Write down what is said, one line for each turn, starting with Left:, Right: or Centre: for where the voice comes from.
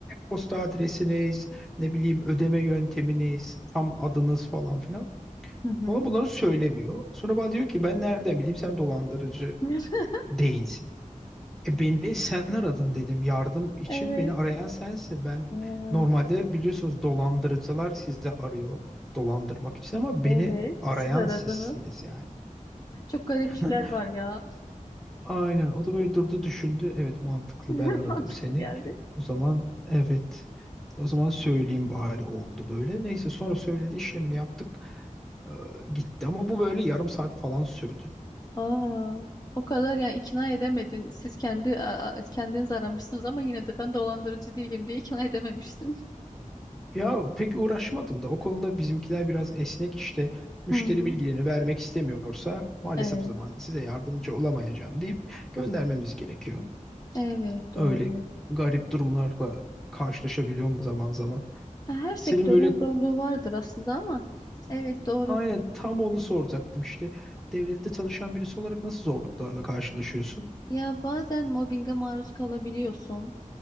Centre: posta adresiniz, ne bileyim ödeme yönteminiz, tam adınız falan filan.
Left: Hı hı.
Centre: Bana bunları söylemiyor. Sonra bana diyor ki ben nereden bileyim sen dolandırıcı
Left: <laughs>
Centre: değilsin. E beni sen aradın dedim yardım için
Left: Evet.
Centre: beni arayan sensin. Ben
Left: Evet.
Centre: normalde biliyorsunuz dolandırıcılar sizi arıyor dolandırmak için ama
Left: Evet.
Centre: beni
Left: Siz
Centre: arayan
Left: aradınız.
Centre: sizsiniz yani.
Left: Çok garipçiler
Centre: <laughs>
Left: var ya.
Centre: Aynen o da böyle durdu düşündü. Evet mantıklı
Left: <laughs>
Centre: ben aradım
Left: Mantıklı
Centre: seni.
Left: geldi.
Centre: O zaman evet o zaman söyleyeyim bari oldu böyle. Neyse sonra söyledi işlemini yaptık Ee, gitti ama bu böyle yarım saat falan sürdü.
Left: Aa, o kadar yani ikna edemedin. Siz kendi a- a- kendiniz aramışsınız ama yine de ben dolandırıcı değilim diye ikna edememiştin.
Centre: Ya pek uğraşmadım
Left: <laughs>
Centre: da o konuda bizimkiler biraz esnek işte müşteri
Left: Hı hı.
Centre: bilgilerini vermek istemiyorsa maalesef
Left: Evet,
Centre: o zaman size yardımcı olamayacağım deyip göndermemiz gerekiyor.
Left: evet
Centre: Öyle
Left: doğru.
Centre: garip durumlarla karşılaşabiliyorum zaman zaman.
Left: Her sektörün
Centre: Senin böyle
Left: zorluğu vardır aslında ama evet doğru.
Centre: aynen tam onu soracaktım işte devlette çalışan birisi olarak nasıl zorluklarla karşılaşıyorsun?
Left: Ya bazen mobbinge maruz kalabiliyorsun.